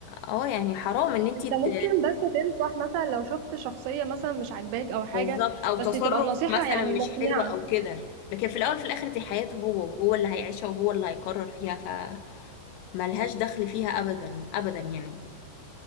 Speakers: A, on the left; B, on the right.
A: آه، يعني حرام ان انتي
B: انت
A: ت-
B: ممكن بس تنصح مثلا لو شفت شخصية مثلا مش عاجباك او حاجة
A: بالظبط او
B: بس
A: تصرف
B: تبقى نصيحة
A: مثلا
B: يعني
A: مش
B: مقنعة
A: حلو او كده لكن في الاول في الاخر دي حياته هو وهو اللي هيعيشها وهو اللي هيقرر فيها ف ملهاش دخل فيها ابدا ابدا يعني